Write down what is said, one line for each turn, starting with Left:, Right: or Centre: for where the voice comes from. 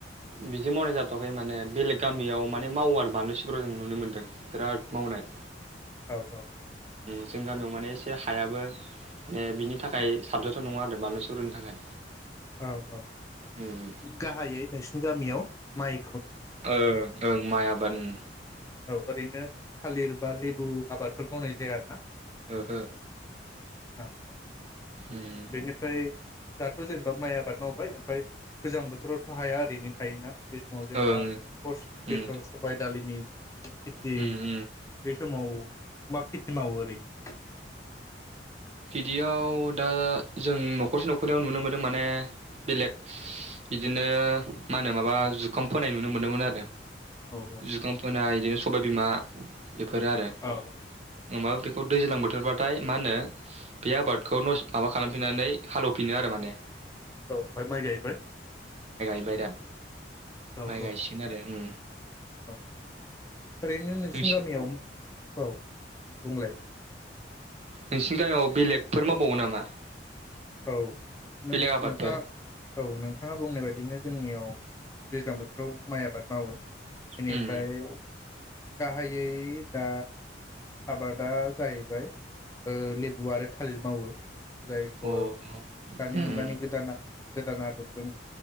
Right: बिदि मावनाय जाथवाखै माने बेलेग गामियाव माने मावो आरो बानलु सिब्र जों नुनो मोन्दों बिराद मावनाय।
Left: औ औ औ।
Right: जोंनि गामियाव माने एसे हायाबो ओ‌ माने बिनि थाखाय साबजाथाव नङा आरो बानलु सिब्रनि थाखाय।
Left: औ औ
Right: उम
Left: गाहायै नोंसिनि गामियाव माइ
Right: ओं ओं माइ आबाद उम
Left: औ ओरैनो थालिर बा लेबु आबादफोर मावनाय जाया आरोना
Right: ओहो
Left: औ औ
Right: उम
Left: बेनिफ्राय दाथ जेनेबा माइ आबाद मावबाय ओमफ्राय गोजां बोथोरावथ हाया ओरैनो थायोना बे समाव जेनेबा
Right: ओं
Left: बेसर
Right: उम
Left: सबाय दालिनि खेथि
Right: उम उम
Left: बे समाव मा खेथि मावो ओरैनो
Right: बिदियाव दा जों नखरसे नखरनैयाव नुनो मोनो माने बेलेग बिदिनो मा होनो माबा जुखाम फोनाय नुनो मोनोमोन आरो
Left: औ
Right: जुखाम फोनाय इदि सबाय बिमा बेफोरो आरो
Left: औ
Right: ओमबाबो खौ दैज्लां बोथोरबाथाय मा होनो। बे आबादखौ नस‌ माबा खालामफिननानै हालेवफिनो आरो माने।
Left: औ ओमफाय माइ गायबाय।
Right: बाय दा!
Left: औ
Right: माइ गायसिगोन आरो उम।
Left: औ औ ओरैनो नोंसिनि
Right: नोंसि
Left: गामियाव औ बुंलाय।
Right: नोंसिनि गामियाव बेलेगफोर मावबावो नामा।
Left: औ
Right: बेलेग
Left: नों
Right: आबादफोर
Left: नोंथाङा औ नोंथाङा बुंनाय बायदिनो। जोंनियाव दैज्लां बोथोराव माइ आबाद मावो बेनिफ्राय
Right: उम
Left: गाहायै दा आबादा जाहैबाय ओ लेबु आरो थालिर मावो जायखौ
Right: अ
Left: दानि
Right: उम
Left: मुगानि गोदाना गोदाना आदबजों